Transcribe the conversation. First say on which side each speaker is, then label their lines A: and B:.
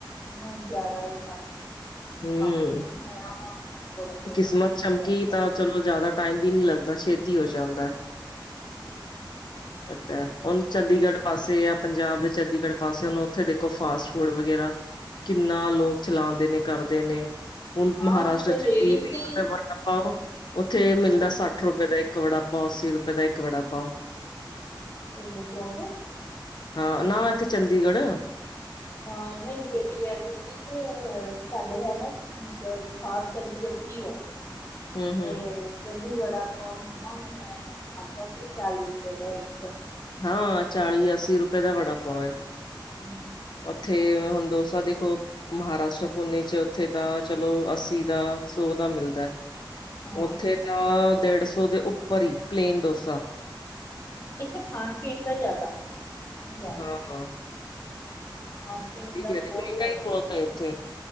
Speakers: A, on the left; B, on the left.
A: ਨਈ ਜਾਦਾ ਨੀ ਲੱਗਦੇ
B: ਹਮ
A: <inaudible> ਹੋਇਆ ਹੁਣ <unintelligible>
B: ਕਿਸਮਤ
A: ਹੁਣ
B: ਚਮਕੀ
A: ਹੋ ਰਿਹਾ ਸੈੱਟ
B: ਤਾਂ ਚਲੋ ਜਾਦਾ ਟਾਈਮ ਵੀ ਨੀ ਲੱਗਦਾ ਛੇਤੀ ਹੋ ਜਾਂਦੈ। <unintelligible> ਹੁਨ ਚੰਡੀਗੜ੍ਹ ਪਾਸੇ ਯਾ ਪੰਜਾਬ ਜਾਂ ਚੰਡੀਗੜ੍ਹ ਪਾਸੇ ਹੁਣ ਉੱਥੇ ਦੇਖੋ ਫਾਸਟ ਫੂਡ ਵਗੈਰਾ ਕਿੰਨਾ ਲੋਕ ਚਲਾਂਦੇ ਨੇ ਕਰਦੇ ਨੇ, ਹੁਣ
A: ਹਾਂ
B: ਮਹਾਰਾਸ਼ਟਰ
A: ਉੱਥੇ
B: ਚ
A: ਲੇਡੀ ਸੀ
B: ਬੜਾ ਪਾਓ, ਉੱਥੇ ਮਿਲਦਾ
A: ਹਾਂ
B: ਸੱਠ ਰੁਪਏ ਦਾ ਇੱਕ ਵੜਾ ਪਾਓ ਅੱਸੀ ਰੁਪਏ ਦਾ ਇੱਕ ਵੜਾ ਪਾਓ
A: ਓ ਬੋਮਬੇ
B: ਹਾਂ ਨਾ ਇੱਥੇ ਚੰਡੀਗੜ੍ਹ
A: ਹਾਂ ਬਈ ਬੇਟੀ ਕੈ ਰੀ ਸੀ ਕੇ ਸਾਡੇ ਹਨਾ ਮਤਲਬ ਖਾਸ ਚੰਡੀਗੜ੍ਹ ਕੀ ਆ,
B: ਹੂੰ ਹੂੰ
A: ਤੇ ਕਹਿੰਦੀ ਵੜਾ ਪਾਓ ਮੰਮਾ ਮੈਂ ਖਾਧਾ ਸੀ ਚਾਲੀ ਰੁਪਏ ਦਾ ਇੱਕ।
B: ਹਾਂ ਚਾਲੀ ਅੱਸੀ ਰੁਪਏ ਦਾ ਵੜਾ ਪਾਓ ਏ।
A: ਹੂੰ
B: ਉੱਥੇ ਹੁਣ ਡੋਸਾ ਦੇਖੋ ਮਹਾਰਾਸ਼ਟਰ ਪੁੰਨੇ 'ਚ ਉੱਥੇ ਤਾਂ ਚਲੋ ਅੱਸੀ ਦਾ, ਸੌ ਦਾ ਮਿਲਦਾ।
A: ਹਾਂ
B: ਉੱਥੇ ਤਾਂ ਡੇਢ ਸੌ ਦੇ ਉੱਪਰ ਈ, ਪਲੇਨ ਡੋਸਾ।
A: ਇੱਥੇ ਖਾਣ-ਪੀਣ ਦਾ ਜ਼ਿਆਦਾ, ਹੁੰਦਾ।
B: ਹਾਂ
A: ਖਾਣ-ਪੀਣ
B: ਠੀਕ
A: ਦਾ
B: ਹੈ
A: ਬਹੁਤ
B: ਮਹਿੰਗਾ
A: ਜ਼ਿਆਦਾ,
B: ਹੀ ਬਹੁਤ ਹੈ ਇੱਥੇ